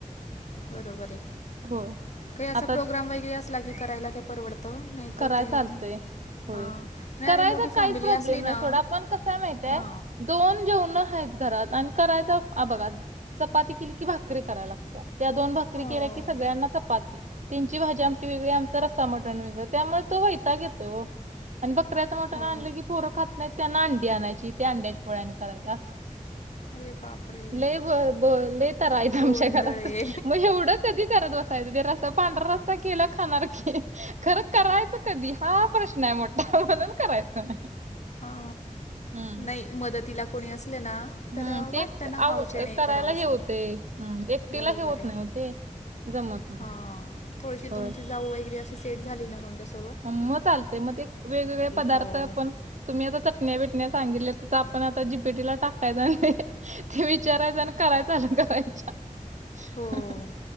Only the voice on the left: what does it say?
बरोबर आहे.
काही असा
प्रोग्राम वगैरे असला की करायला ते परवडतो, नाहीतर
ते
हा नाही
आणि मोठी फॅमिली
असली
ना
हा.
हो
हो
अरे बापरे
गोंधळ
आहे
हा
नाही मदतीला कोणी असले ना तर
वाटतं
ना
हावशेण
कराव, असं
बरोबर
आहे.
हां.. थोडीशी
तुमची जाऊ वगैरे, अशी सेट झाली ना सम
हो
हो